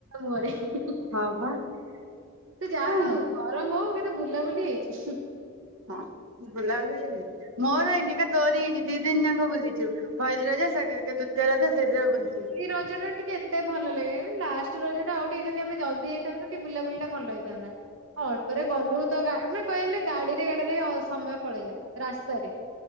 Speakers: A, on the right; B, on the right.
A: ମୁହରେ ସେ
B: ହଁ ବା
A: ଯାହା
B: ହଁ।
A: ବି ଆଉ ଗରମ ହଉ କେତେ ବୁଲାବୁଲି ହେଇଛି?
B: ହଁ ବୁଲା ବୁଲି ହେଇଯାଇଛି। ମୋର ଏଇନି ଏକା ତୋରି ହେଇଛି ଦି ଦିନ ଯାକ ବୁଲିଛୁ ପହିଲି ରଜ ସେ ସେକେଣ୍ଡ ରଜ ସେଇ ଦିନ ବୁଲିଛୁ।
A: ସେଇ ରଜ ଟା ଟିକେ ମତେ ଭଲ ଲାଗିଲାନି ଲାଷ୍ଟ ରଜ ଟା ଆଉ ଟିକେ ଯଦି ଆମେ ଜଲଦି ଯାଇଥାନ୍ତା ଟିକେ ବୁଲାବୁଲି ଟା ଭଲ ହେଇନ୍ତା ଅଳ୍ପରେ ଗଲୁ ତ ମାନେ କହିଲେ ଗାଡିରେ ଗାଡିରେ ସମୟ ପଳେଇଲା ରାସ୍ତାରେ।